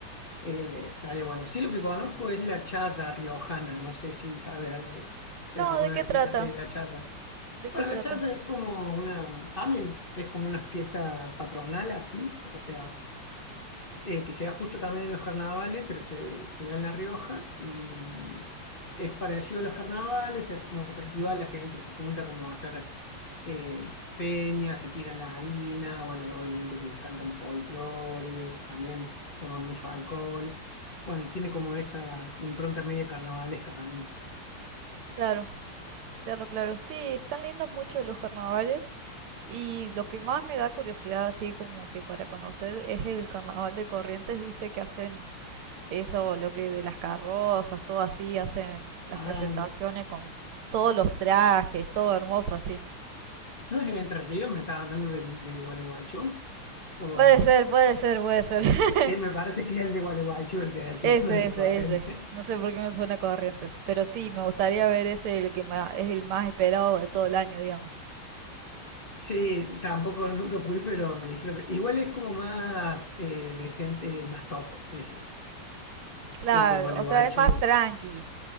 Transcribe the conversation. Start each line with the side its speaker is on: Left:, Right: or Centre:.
Left: Eh, estaría bueno. Sí, lo que conozco es la chaza riojana. No sé si sabes, eh,
Right: No,
Left: alguna
Right: ¿de qué
Left: vez escuchaste
Right: trata?
Left: de la chaza.
Right: ¿De qué
Left: Bueno,
Right: trata?
Left: la chaza es como una, también es como una fiesta patronal así, o sea, eh, que se da justo también en los carnavales, pero se, se da en La Rioja y mm, es parecido a los carnavales, se hace como un festival, la gente se junta como a hacer eh, peñas, se tiran harina, bueno, obviamente que cantan folclore, también toman mucho alcohol. Bueno, tiene como esa impronta media carnavalesca también.
Right: Claro. Claro, claro, sí, están lindos mucho los carnavales y lo que más me da curiosidad así como que para conocer es el carnaval de Corrientes, viste que hacen eso, lo que de las carrozas, todo así, hacen las
Left: Ah,
Right: presentaciones con todos los trajes, todo hermoso así.
Left: ¿no es en Entre Ríos? ¿Me estaba hablando del, de Gualeguaychú? O...
Right: Puede ser, puede ser, puede ser. <laughs>
Left: Sí, me parece que es el de Gualeguaychú el que decís,
Right: Ese,
Left: <laughs> no es el
Right: ese,
Left: de Corrientes.
Right: ese. No sé por qué me suena Corrientes, pero sí, me gustaría ver ese, el que ma- es el más esperado de todo el año, digamos.
Left: Sí, tampoco nunca fui, pero me dijeron que igual es como más eh, de gente más top, ese,
Right: Claro,
Left: el de Gualeguaychú.
Right: o sea, es más tranqui.